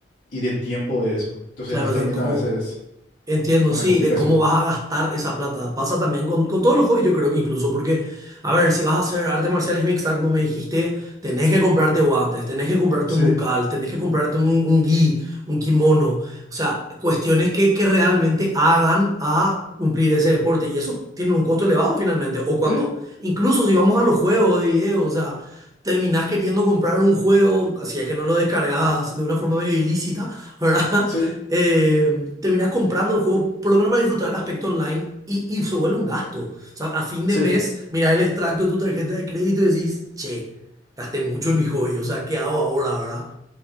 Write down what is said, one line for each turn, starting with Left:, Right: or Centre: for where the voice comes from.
Left: y de tiempo de eso. Entonces
Right: claro,
Left: eso también
Right: de cómo,
Left: a veces es
Right: entiendo,
Left: una
Right: sí,
Left: complicación.
Right: de cómo vas a gastar esa plata. Pasa también con, con todos los hobbies, yo creo que incluso, porque, a ver, si vas a hacer artes marciales mixtas, como me dijiste, tenés que comprarte guantes, tenés que comprarte
Left: Sí,
Right: un bucal, tenés que comprarte un, un gi, un kimono, o sea, cuestiones que, que realmente hagan a cumplir ese deporte. Y eso tiene un costo elevado finalmente. O cuando,
Left: sí,
Right: incluso si vamos a los juegos de video, o sea... terminás queriendo comprar un juego, así es que no lo descargas de una forma medio ilícita, ¿verdad?
Left: sí,
Right: <laughs> Eh, terminás comprando el juego, por lo menos para disfrutar el aspecto online, y, y se vuelve un gasto. O sea, a fin de
Left: sí.
Right: mes, mirás el extracto de tu tarjeta de crédito y decís, che, gasté mucho en mi hobby, o sea, ¿qué hago ahora, verdad?